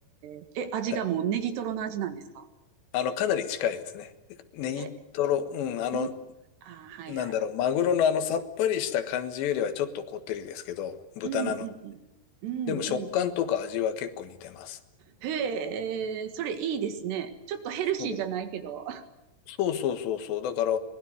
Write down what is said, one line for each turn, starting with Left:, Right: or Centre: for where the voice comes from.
Right: ー、え、味がもうネギトロの味なんですか
Left: だあの、かなり近いですね。ネギトロ、
Right: え、
Left: うん、あの、
Right: うん、あー、はいはい。
Left: なんだろう、マグロのあのさっぱりした感じよりはちょっとこってりですけど、豚なの。
Right: うんうんうん。うんうん。
Left: でも食感とか味は結構似てます。
Right: へえ、それいいですね。ちょっとヘルシーじゃないけど。
Left: そう、
Right: <laughs>
Left: そうそうそうそう。だから、